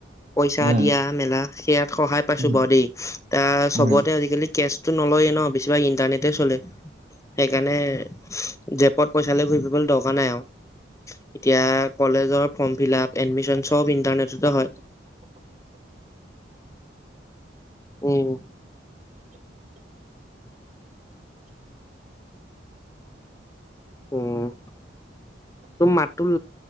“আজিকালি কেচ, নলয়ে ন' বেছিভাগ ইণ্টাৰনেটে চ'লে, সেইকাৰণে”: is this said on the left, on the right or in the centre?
Left